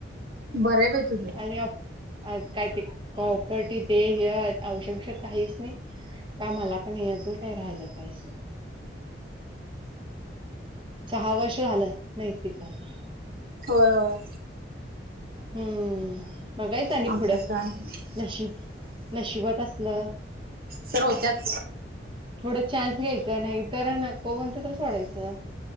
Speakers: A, on the right; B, on the right.
A: बरं आहे बाई तुझं
B: आणि ऑप आ काय ते कॉपर्टी ते हे औषध, बीवशद काहीच नाही का मला का नाही अजून काय राहिलं पाहिजं सहा वर्ष झालं नैतिकला आता
A: होय, होय
B: हम्म बघायच
A: आमचं
B: पुढं
A: काय
B: नशीब नशिबात असलं
A: सर होत्यात
B: थोडं चान्स घ्यायचं नाही तर नको म्हणत तर सोडायचं